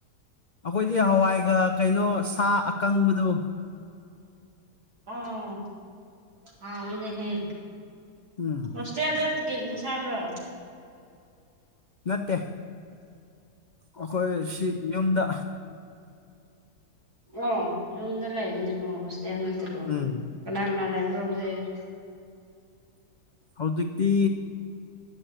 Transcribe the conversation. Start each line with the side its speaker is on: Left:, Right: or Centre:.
Left: ꯑꯩꯈꯣꯏꯗꯤ ꯍꯋꯥꯏꯒ ꯀꯩꯅꯣ ꯁꯥ ꯑꯀꯪꯕꯗꯣ
Right: ꯑꯣ ꯍꯥꯎꯒꯅꯦ ꯍꯦ
Left: ꯎꯝ
Right: ꯍꯣꯁꯇꯦꯜꯗꯒꯤ ꯌꯦꯟꯁꯥꯡ ꯔꯣ
Left: ꯅꯠꯇꯦ ꯑꯩꯈꯣꯏ ꯁꯤ ꯌꯨꯝꯗ
Right: ꯑꯣ ꯌꯨꯝꯗ ꯂꯩꯕꯅꯦꯀꯣ ꯍꯣꯁꯇꯦꯜ ꯅꯠꯇꯦ ꯀꯣ
Left: ꯎꯝ
Right: ꯀꯅꯥ ꯂꯩꯕ꯭ꯔꯣ ꯍꯧꯖꯤꯛ
Left: ꯍꯧꯖꯤꯛꯇꯤ